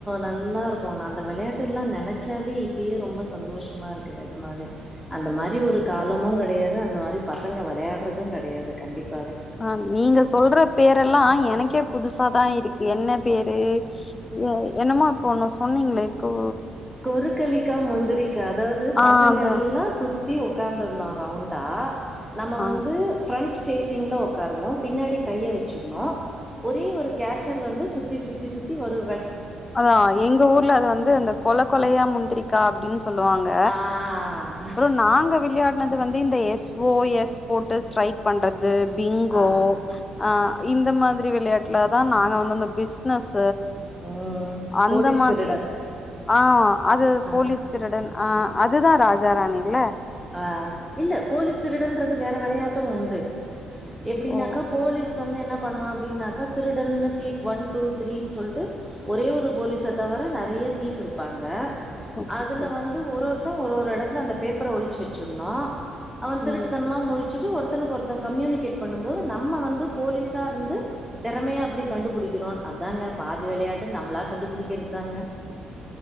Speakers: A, in the centre; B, on the left (about 30°).
A: நல்லா இருக்கு நா அந்த விளையாட்டு எல்லா நெனச்சாலே இப்பயே ரொம்ப சந்தோஷமா இருக்குவே நெஜமாவே அந்த மாரி ஒரு காலமு கெடையாது அந்த மாரி பசங்க வெளையாடுறது கெடையாது கண்டிப்
B: ஆ நீங்க சொல்ற பேரெல்லா எனக்கே புதுசாதா இருக்கு என்ன பேரு. எ என்னமோ இப்பொ ஒண்ணு சொன்னீங்களே கூ
A: கொருக்கலிக்கா முந்திருக்கா அதாவது
B: ஆ
A: பசங்க
B: அது
A: எல்லா சுத் தி உக்காந்துர்னு ரவுண்டா நம்ம
B: ஆ
A: வந்து ஃபிரண்ட் சேசிங்ல உக்காருவோ பின்னாடி கைய வச்சிருணு ஒரே ஒரு கேச்சர் வந்து சுத்தி சுத்தி சுத்தி வரு
B: அதா எங்க ஊர்ல அது வந்து அந்த கொல கொலையா முந்திரிக்கா அப்டின்னு சொல்லுவாங்க
A: ஆ
B: அப்புறோ நாங்க விளையாடுனது வந்து இந்த எஸ் ஓ எஸ். போட்டு ஸ்ட்ரைக் பண்றது பிங்கோ
A: ஆ
B: அ
A: ஆ
B: இந்த மாதிரி விளையாட்டுலா தா நாங்க வந் அந்த பிஸ்னஸ்
A: ம்
B: அந்த
A: போலீஸ்
B: மாதிரி
A: திருடன்
B: ஆ அது போலீஸ்
A: ஆ
B: திருடன் அ அதுதா ராஜ ராணில்ல
A: ஆ இல்ல போலீஸ் திருடன்றது வேற வெளையாட்டு உண்டு எப்படின்னாக்கா
B: ஓ
A: போலீஸ் வந்து என்னப் பண்ணுவ அப்படின்னாக்க திருடனு தீப் ஒன் டூ த்ரீனு சொல்ட்டு ஒரே ஒரு போலீஸ தவர நெறய தீஃப் இருப்பாங்க
B: ஓகே
A: அதுல
B: ஓகே
A: வந்து ஒரு ஒருத்த ஒரு ஒரு இடத்துல அந்த பேப்பர ஒழிச்சு வச்சிருனு அவன் திருட்டுத்தனமா
B: ம்
A: முழிச்சுட்டு ஒருத்தனுக்கு ஒருத்தன கம்யூனிகேட் பண்ணும் போது நம்ம வந்து போலீஸா இருந்து தெறமையா அப்டி கண்டுபிடிக்கிறோ அதாங்க பாதி வெளையாட்டு நம்மளா கண்டுபிடிக்கிறது தாங்க